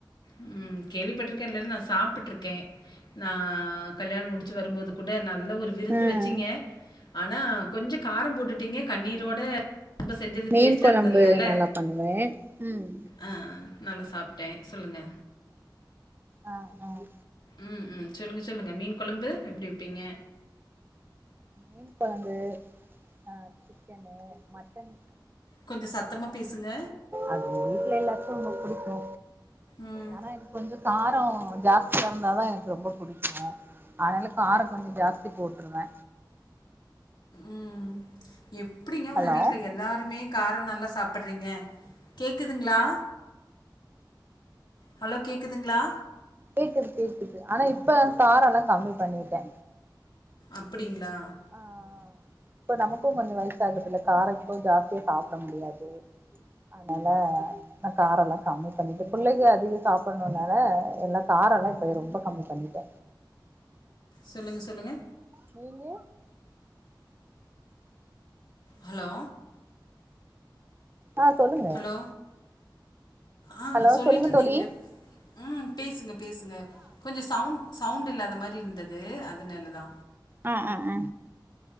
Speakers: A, on the left; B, on the right.
A: உம் கேள்விப்பட்டிருக்கே நா சாப்ட்டுருக்கே நா கல்யாணம் முடிச்சு வரும்போது கூட நல்ல ஒரு விருந்து
B: ம்
A: வச்சிங்க அ கொஞ்ச காரம் போட்டு ட்டுடீங்க கண்ணீரோட
B: ம்
A: ரொம்ப சஞ்ஜது
B: மீன்
A: டேஸ்ட்டாருந்ததுனால
B: கொழம்பு நல்லா பண்ணுவே ம்
A: அ நல்லா சாப்ட்டே சொல்லுங்க
B: ஆஹ் அஹ
A: ம் ம் சொல்லுங்க சொல்லுங்க மீன் கொழம்பு எப்படி வப்பீங்க
B: மீன் குழம்பு அஹ் சிக்கன்னு மட்டனு
A: கொஞ்ச சத்தமா பேசுங்க
B: அது வீட்ல எல்லாத்துக்கு <unintelligible> புடிக்கு
A: ம்,
B: ஆனா எனக் கொஞ்சொ காரோ ஜாஸ்தியா ருந்தா தா எனக்கு ரொம்ப புடிக்கு அத்னால காரோ கொஞ்சோ ஜாஸ்தி போட்டுருவ
A: உம் எப் ப்டிங்க உங்க
B: ஹலோ
A: வீட்ல எல்லாருமே காரோ நல்லா சாப்பிட்றீங்க கேக்குதுங்ளா ஹலோ கேக்குதுங்ளா
B: கேக்குது கேக்குது ஆனா இப்ப காரோ ல்லா கம்மி பண்ணிட்டே
A: அப்புடிங்ளா
B: அ இப்ப நமக்கு கொஞ்சோ வயசு ஆகுது இல்ல கார இப்ப ஜாஸ்தியா சாப்ட முடியாது அதனால நா கார எல்லா கம்மி பண்ணிட்டு பிள்ளைக அதிக சாப்பனுள்ள அதனால எல்லா காரோ எல்லா ரொம்ப கம்மி பண்ணிட்ட
A: சொல்லுங்க சொல்லுங்க
B: நீங்க
A: ஹலோ
B: அ சொல்லுங்க
A: ஹலோ ஆ
B: ஹலோ
A: சொல்லிட்ருந்தீங்களே
B: சொல்லுங்க தோலி
A: ம் பேசுங்க பேசுங்க கொஞ்சோ சவுண் சவுண்ட் இல்லாத மாரி இருந்துது அத னேலதா
B: அ அ அ